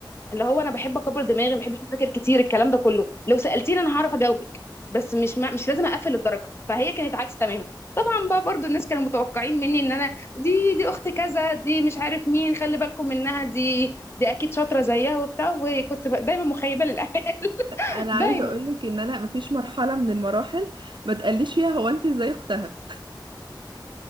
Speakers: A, on the left; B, on the right.
A: اللي هو انا بحب اكبر دماغي ما بحبش اذاكر كتير الكلام ده كله لو سالتيني انا هعرف اجاوبك بس مش ما مش لازم اقفل الدرجه فهي كانت عكس تماما طبعا بقى برضو الناس كانوا متوقعين مني ان انا دي دي اخت كذا دي مش عارف مين خلي بالكم منها دي دي اكيد شاطره زيها وبتاع وكنت ب- دايما مخيبه للامال <laughs>
B: أنا
A: دايما
B: عايزة أقولك إن أنا مفيش مرحلة من المراحل ما تقليش فيها هو أنت إزاي أختها